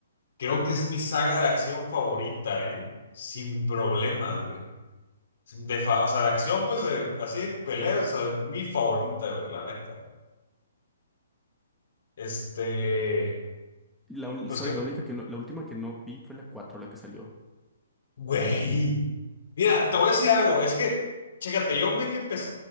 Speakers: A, on the left; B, in the centre.
A: Creo que es mi saga de acción favorita, ¿eh? Sin problemas, güey. De fa- O sea, de acción, pues, de- así, de peleas, o sea, mi favorita, güey, la neta. Este.
B: Y La, ul-
A: Pues
B: ¿sabes?
A: que
B: La única que no- la última que no vi fue la 4 la que salió.
A: Güey, mira, te voy a decir algo, es que, chécate, John Wick empezó,